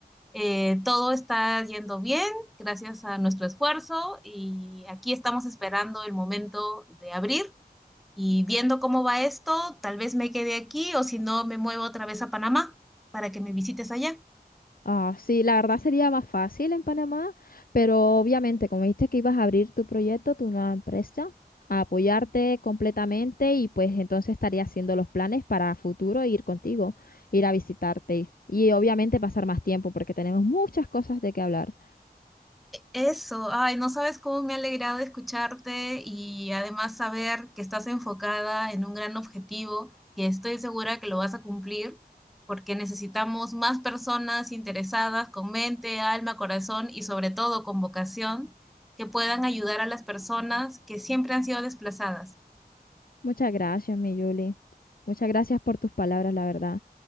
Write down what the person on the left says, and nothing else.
Ah, sí, la verdad sería más fácil en Panamá, pero obviamente, como dijiste que ibas a abrir tu proyecto, tu nueva empresa, a apoyarte completamente y pues entonces estaría haciendo los planes para futuro e ir contigo, ir a visitarte y obviamente pasar más tiempo porque tenemos muchas cosas de qué hablar.
Muchas gracias, mi Julie. Muchas gracias por tus palabras, la verdad.